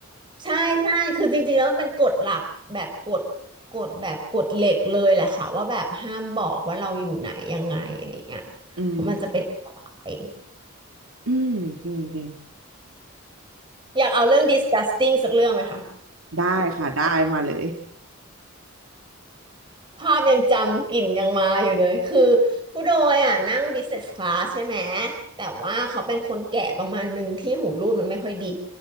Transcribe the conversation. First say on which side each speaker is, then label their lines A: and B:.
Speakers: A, on the right; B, on the right.
A: ใช่ใช่คือจริงๆแล้วมันเป็นกฎหลักแบบกฎกฎแบบกฎเหล็กเลยแหละค่ะว่าแบบห้ามบอกว่าเราอยู่ไหนยังไงอะไรเงี้ยเพราะมันจะเป็นอันตราย
B: อืมอืมจริงจริง
A: อยากเอาเรื่อง disgusting สักเรื่องไหมคะ
B: ได้ค่ะได้มาเลย
A: ภาพยังจำกลิ่นยังมาอยู่เลยคือผู้โดยอ่ะนั่ง business class ใช่ไหมแต่ว่าเขาเป็นคนแก่ประมาณหนึ่งที่หูรูดมันไม่ค่อยดี